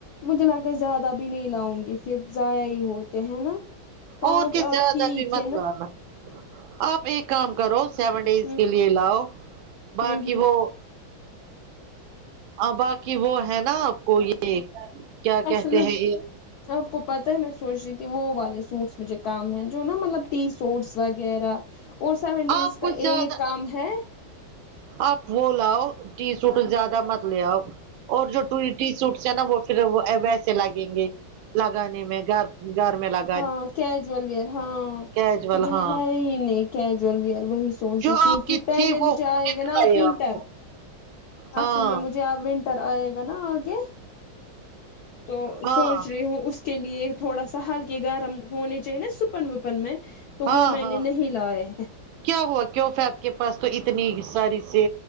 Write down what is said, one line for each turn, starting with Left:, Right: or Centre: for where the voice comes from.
Left: مجھے لگتا ہے زیادہ بھی نہیں لاؤں گی پھر ضائع ہی ہوتے ہے نا پانچ
Right: اور کیا
Left: آٹھ
Right: زیادہ
Left: ٹھیک
Right: بھی مت لانا آپ ایک کام کرو سیون ڈیز
Left: ہ
Right: کے لیے لاؤ باقی
Left: ہ ہ
Right: وہ ہاں باقی وہ ہے نا آپ کو یہ کیا کہتے
Left: اصل میں
Right: ہیں یہ
Left: آپ کو پتہ ہے میں سوچ رہی تھی وہ والے سوٹس مجھے کام ہیں جو نا مطلب ٹی سوٹس وغیرہ اور سیون ڈیز
Right: آپ
Left: کا
Right: کچھ زیادہ
Left: ایک کام ہے
Right: آپ وہ لاؤ ٹی سوٹ زیادہ مت لے آؤ اور جو ٹو ٹی سوٹس ہے نا وہ پھر ویسے لگیں گے لگانے میں گھر گھر میں لگا
Left: ہاں کجویل ویئر ہاں
Right: کیجول
Left: مجھے
Right: ہاں
Left: ہے ہی نہیں کیجول ویئر وہی سوچ
Right: جو
Left: رہی کیونکہ
Right: آپ کے
Left: پہلے
Right: تھے وہ انہوں
Left: مجھے آئے
Right: نے
Left: گا
Right: دلائے
Left: نا اب ونٹر
Right: آپ کو ہاں
Left: اصل میں مجھے ج ونٹر آئے گا نا آگے تو
Right: ہاں
Left: سوچ رہی ہوں اس کے لیے تھوڑا سا ہلکے گرم ہونے چاہیے نا سپن وپن میں تو
Right: ہاں
Left: وہ میں
Right: ہاں
Left: نے نہیں لائے ہیں
Right: کیا ہوا کیف آپ کے پاس تو اتنی ساری سی